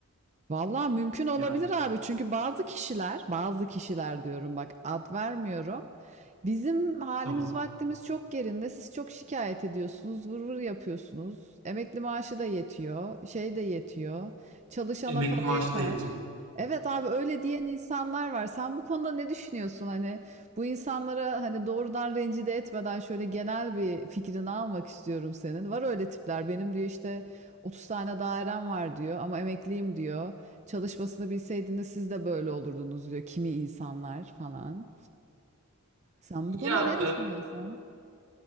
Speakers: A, on the right (about 30°); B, on the right (about 90°).
A: Vallahi mümkün olabilir
B: Yani
A: abi çünkü bazı kişiler, bazı kişiler diyorum bak ad vermiyorum. Bizim halimiz
B: tamam.
A: vaktimiz çok yerinde. Siz çok şikayet ediyorsunuz, vır vır yapıyorsunuz. Emekli maaşı da yetiyor, şey de yetiyor. Çalışana
B: Emekli
A: para
B: maaşı
A: yeter.
B: da yetiyor.
A: Evet abi öyle diyen insanlar var. Sen bu konuda ne düşünüyorsun? Hani bu insanlara hani doğrudan rencide etmeden şöyle genel bir fikrini almak istiyorum senin. Var öyle tipler. Benim diyor işte 30 tane dairem var diyor ama emekliyim diyor. Çalışmasını bilseydiniz siz de böyle olurdunuz diyor kimi insanlar falan. Sen
B: Ya
A: bu konuda ne düşünüyorsun?